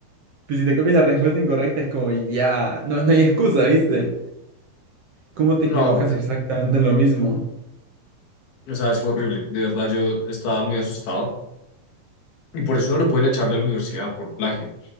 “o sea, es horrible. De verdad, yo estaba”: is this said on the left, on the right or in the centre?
Left